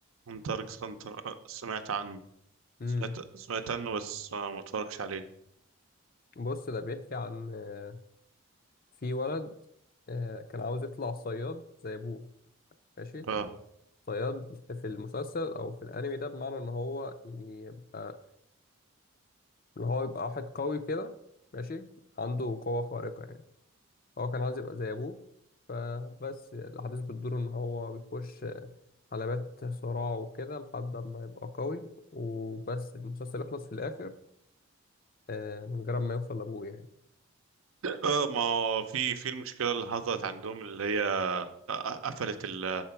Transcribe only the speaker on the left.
امم
بص ده بيحكي عن آه، في ولد آه، كان عاوز يطلع صياد زي ابوه ماشي
صياد في المسلسل او في الانمي ده بمعنى ان هو يبقى اللي هو يبقى واحد قوي كده ماشي عنده قوة خارقة يعني هو كان عاوز يبقى زي أبوه فبس الأحداث بتدور إن هو بيخش حلبات صراع وكده لحد ما يبقى قوي وبس المسلسل يخلص في الآخر آه، من غير ما يوصل لأبوه يعني